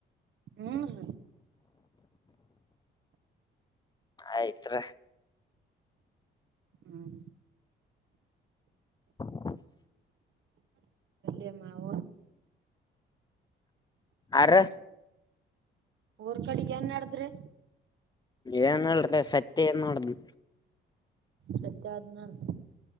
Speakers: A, on the right; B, on the left.
A: ಹೂನ್
B: ಆಯ್ತ್ರ
A: ಹ್ಮ್
B: <unintelligible>
A: ಅ ಮಾವ
B: ಆರೆ
A: ಊರ್ ಕಡೆಗ್ ಏನ್ ನಡದ್ರೆ
B: ಏನಿಲ್ಲ ಸತ್ಯ ನೋಡಿದರೆ
A: ಸತ್ಯ ಆದ ನ ಅರ್ತ